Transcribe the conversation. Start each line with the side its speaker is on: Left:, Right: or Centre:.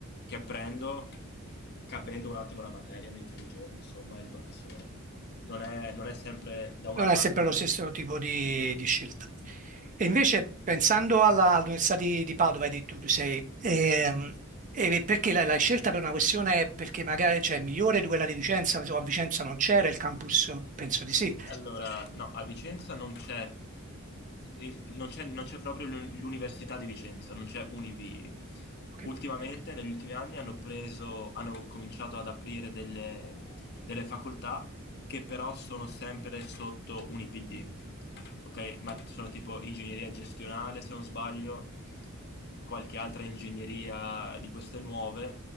Left: che prendo capendo un attimo la materia nei primi giorni, insomma, il professore. Non è, non è sempre da una
Right: Non è
Left: parte
Right: sempre
Left: o dall'altra.
Right: lo stesso tipo di di scelta. E invece pensando alla- all'Università di, di Padova, hai detto tu sei, ehm, e perché l'hai l'hai scelta per una questione perché magari cioè, è migliore di quella di Vicenza, insomma, a Vicenza non c'era il campus, penso di
Left: Sì,
Right: sì.
Left: Allora, no, a Vicenza non c'è in- non c'è non c'è proprio l'u- l'Università di Vicenza, non c'è Univi.
Right: Ok.
Left: Ultimamente, negli ultimi anni, hanno preso, hanno cominciato ad aprire delle, delle facoltà che però sono sempre sotto UniPD, ok? Ma sono tipo ingegneria gestionale, se non sbaglio, qualche altra ingegneria di queste nuove,